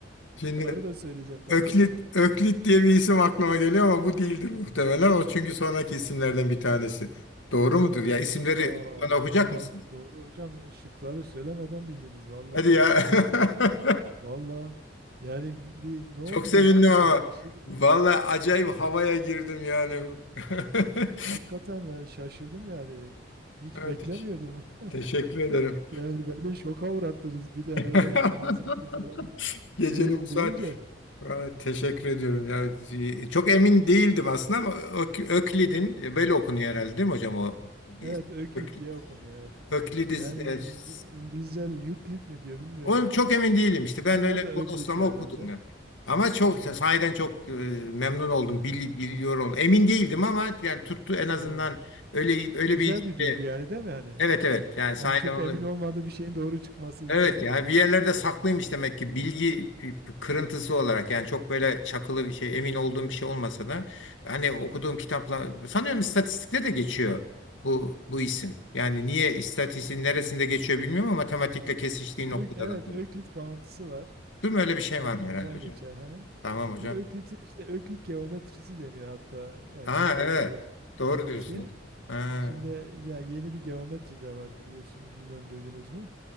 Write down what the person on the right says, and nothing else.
Şıkları da söyleyeceğim tabii.
Aa,
valla
doğru hocam. E, Şıkları söylemeden bildiniz. Valla
tebrikler
ya. Valla yani bir, bir- ne oldu?
İlham mı
geldi? Bir şey mi geldi?
Hakikaten ben şaşırdım yani. Hiç
beklemiyordum. <laughs>
Yani beni şoka uğrattınız. Bir de
böyle hazırlıklı falan
değilim
deyince.
Evet Öklit
diye okunuyor. Evet.
Yani
İngi-
İngilizce Euclid mi diyor bilmiyorum.
Onlar
da
Euclid diyor
herhalde.
Evet,
evet.
Güzel
bir duygu yani değil mi hani? e,
Yani çok
emin olmadığı bir şeyin doğru çıkması insanın.
Ö- Evet,
Öklit bağıntısı var.
Belki
oradan
geçer. He.
Bu Öklitin işte Öklit geometrisi deniyor hatta yani
şimdiye
kadar
geometriye.
Şimdi ya yeni bir geometri de var biliyorsunuz, bilmiyorum duydunuz mu?